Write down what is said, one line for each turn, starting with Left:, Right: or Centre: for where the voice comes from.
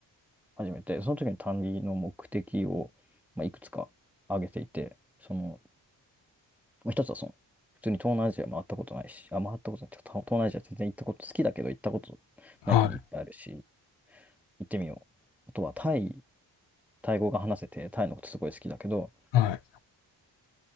Centre: 始めて、その時に旅の目的を、まあ、いくつか挙げていて、その、まあ一つはその、普通に東南アジア回ったことないし、あ、回ったことないっていうか、東東南アジア全然行ったこと、好きだけど行ったことない国いっぱいあるし、
Left: は
Centre: 行ってみよう。あとはタイ、タイ語が話せて、タイのことすごい好きだけど、
Left: い、はい、